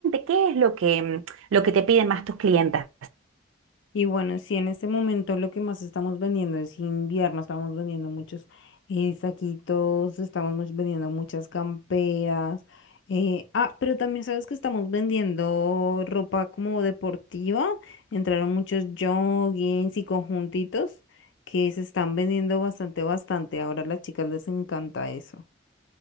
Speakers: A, on the right; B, on the left.
A: ¿Qué es lo que, em, lo que te piden más tus clientas?
B: Y bueno, sí, en este momento lo que más estamos vendiendo es invierno, estamos vendiendo muchos eh, saquitos, estamos much- vendiendo muchas camperas. eh, ah, pero también sabes que estamos vendiendo ropa como deportiva. Entraron muchos joggings y conjuntitos que se están vendiendo bastante, bastante. Ahora a las chicas les encanta eso.